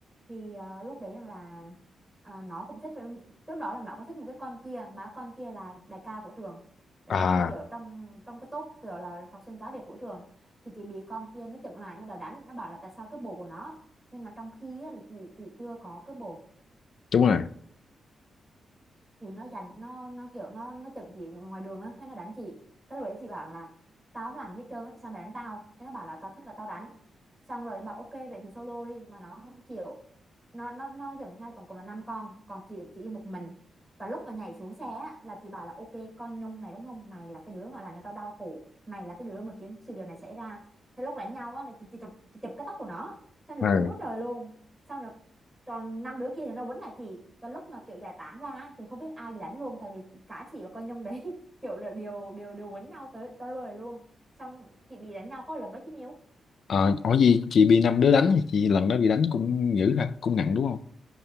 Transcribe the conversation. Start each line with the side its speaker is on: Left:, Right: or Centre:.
Centre: thì ờ, lúc đấy rằng là à, nó cũng thích với trước đó là nó có thích một cái con kia mà con kia là đại ca của trường đấy
Left: à,
Centre: như kiểu trong trong cái top kiểu là học sinh cá biệt của trường thì chị bị con kia nó chặn lại nó đòi đánh nó bảo là tại sao cướp bồ của nó nhưng mà trong khi á, là chị chị chưa có cướp bồ
Left: đúng rồi.
Centre: thì nó dành nó nó kiểu nó nó chận chị ngoài đường á cái nó đánh chị cái lúc đấy chị bảo là tao không làm gì hết trơn á, sao mày đánh tao cái nó bảo là tao thích là tao đánh xong rồi bảo ok vậy thì solo đi mà nó không chịu nó nó nó dẫn theo tổng cộng là năm con còn chị chị đi một mình và lúc mà nhảy xuống xe á, là chị bảo là ok con nhông này đúng không mày là cái đứa mà làm cho tao đau khổ mày là cái đứa mà khiến sự việc này xảy ra thế lúc đánh nhau á là chị, chị, chụp, chị chụp cái tóc của nó xong rồi
Left: À,
Centre: quấn quá trời luôn xong rồi còn năm đứa kia thì nó quấn lại chị và lúc mà kiểu giải tán ra á, thì không biết ai bị đánh luôn tại vì cả chị và con Nhung đấy <laughs> kiểu là đều đều đều quấn nhau tới tới bời luôn xong chị bị đánh nhau có lần đó chứ nhiều
Left: ờ, ở gì chị bị năm đứa đánh thì chị lần đó bị đánh cũng dữ ha, cũng nặng đúng không?